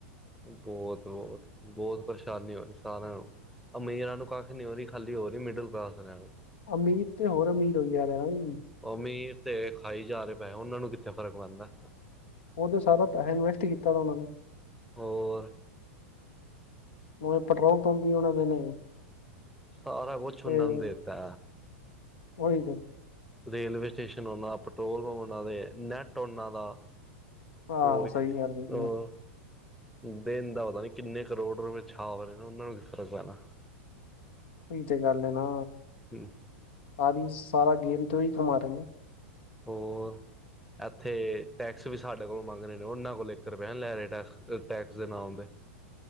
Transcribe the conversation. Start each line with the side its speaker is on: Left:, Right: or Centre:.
Centre: ਬਹੁਤ ਬਹੁਤ ਬਹੁਤ ਪਰੇਸ਼ਾਨੀ ਹੋ ਰਹੀ ਸਾਰਿਆਂ ਨੂੰ। ਅਮੀਰਾਂ ਨੂੰ ਕੱਖ ਨਹੀਂ ਹੋ ਰਹੀ, ਖਾਲੀ ਹੋ ਰਹੀ ਮਿਡਲ ਕਲਾਸ ਵਾਲਿਆਂ ਨੂੰ।
Left: ਅਮੀਰ ਤੇ ਹੋਰ ਅਮੀਰ ਹੋਈ ਜਾ ਰਿਹਾ ਐ।
Centre: ਅਮੀਰ ਤੇ ਖਾਈ ਜਾ ਰਹੇ ਪੈਹੈ, ਉਹਨਾ ਨੂੰ ਕਿੱਥੇ ਫ਼ਰਕ ਪੈਂਦਾ।
Left: ਉਹ ਤੇ ਸਾਰਾ ਪੈਹਾ ਇਨਵੈਸਟ ਕੀਤਾ ਦਾ ਉਹਨਾਂ ਨੇ।
Centre: ਹੋਰ!
Left: ਹੋਰ ਪੈਟਰੋਲ ਪੰਪ ਵੀ ਉਹਨਾਂ ਦੇ ਨੇ।
Centre: ਸਾਰਾ ਕੁਛ
Left: ਤੇ
Centre: ਓਨਾਂ ਨੂੰ ਦੇਤਾ।
Left: ਉਹੀ ਤੇ
Centre: ਰੇਲਵੇ ਸਟੇਸ਼ਨ ਉਹਨਾਂ ਦਾ, ਪੈਟਰੋਲ ਪੰਪ ਉਹਨਾਂ ਦੇ, ਨੈੱਟ ਉਹਨਾਂ ਦਾ
Left: ਹਾਂ
Centre: ਹੋਰ
Left: ਸਹੀ ਗੱਲ ਹੈ ਜੀ
Centre: ਤੋ ਦਿਨ ਦਾ ਪਤਾ ਨਹੀਂ ਕਿੰਨੇ ਕਰੋੜ ਰੁਪਏ ਛਾਪ ਰਹੇ ਨੇ, ਉਹਨਾਂ ਨੂੰ ਕੀ ਫਰਕ ਪੈਣਾ।
Left: ਉਈ ਤੇ ਗੱਲ ਨਾ
Centre: ਹੂੰ।
Left: ਆਵੀ ਸਾਰਾ ਗੇਮ ਤੋ ਹੀ ਕਮਾ ਰਹੀਆਂ। <inaudible>
Centre: ਹੋਰ ਇੱਥੇ ਟੈਕਸ ਵੀ ਸਾਡੇ ਕੋਲ ਮੰਗ ਰਹੇ ਨੇ, ਉਹਨਾਂ ਕੋਲ ਇੱਕ ਰੁਪਇਆ ਨਹੀਂ ਲੈ ਰਹੇ ਟੈਕ ਟੈਕਸ ਦੇ ਨਾਮ ਤੇ।